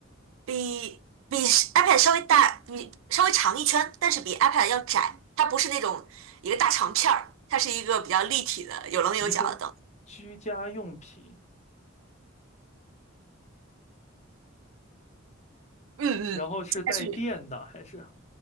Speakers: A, on the right; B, on the left.
A: 比比 iPad 稍微大，比稍微长一圈，但是比 iPad 要窄。它不是那种一个大长片儿，它是一个比较立体的、有棱有角的灯。
B: 一个居家用品，
A: 嗯嗯，
B: 然后是带电的还是
A: 家具，